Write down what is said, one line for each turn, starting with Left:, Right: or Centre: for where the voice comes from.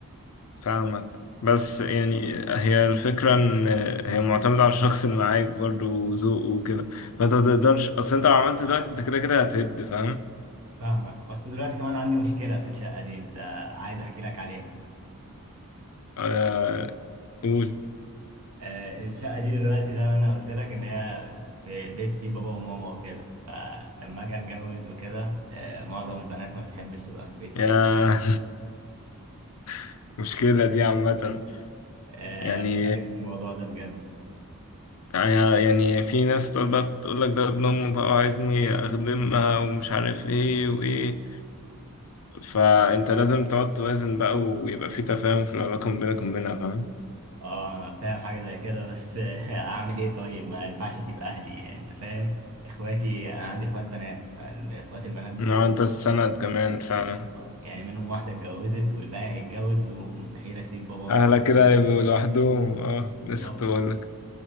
Left: فاهمك بس يعني هي الفكرة ان هي معتمدة على الشخص اللي معاك برضه وذوقه وكده فانت ما تقدرش اصل انت لو عملت دلوقتي انت كده كده هتهد فاهم؟
Right: فاهمك بس دلوقتي كمان عندي مشكله في الشقه دي انت عايز احكي لك عليها
Left: آه، قول
Right: آه، الشقه دي دلوقتي زي ما انا قلت لك ان هي في بيت فيه بابا وماما وكده فلما اجي اتجوز وكده آه، معظم البنات ما بتحبش تبقى في بيت فيه
Left: يا <laughs> مشكلة دي عامة
Right: آه،
Left: يعني
Right: خايف من الموضوع ده بجد
Left: يعني يعني في ناس تقعد بقى تقول لك ده ابن أمه بقى وعايزني أخدمها ومش عارف إيه وإيه فأنت لازم تقعد توازن بقى ويبقى في تفاهم في العلاقة ما بينك وبينها فاهم؟
Right: اه انا فاهم حاجه زي كده بس <laughs> اعمل ايه طيب ما ينفعش اسيب اهلي انت فاهم اخواتي انا عندي اخوات بنات فالاخوات البنات دول
Left: إنما أنت السند كمان فعلا
Right: آه، يعني منهم واحده اتجوزت والباقي هيتجوز ومستحيل اسيب بابا وماما
Left: أهلك
Right: لوحدهم.
Left: كده يبقوا لوحدهم أه
Right: بالظبط
Left: لسه كنت بقول لك